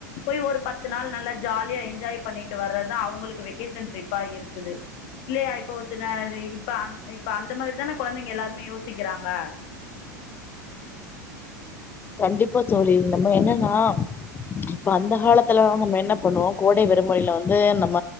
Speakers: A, on the left; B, on the left.
A: போய் ஒரு பத்து நாள் நல்லா ஜாலியா என்ஜாய் பண்ணிட்டு வர்றதுதா அவுங்களுக்கு வெகேஷன ட்ரிப்பா இருக்குது இல்லயா இப்ப வச்சுனங்க இப்ப அ இப்ப அந்த மாதிரிதானே குழந்தைங்க எல்லாருமே யோசிக்கிறாங்க
B: கண்டிப்பா தோலி நம்ம என்னன்னா இப்ப அந்த காலத்துல நம்ம என்ன பண்ணுவோ கோடை விடுமுறையில வந்து நம்ம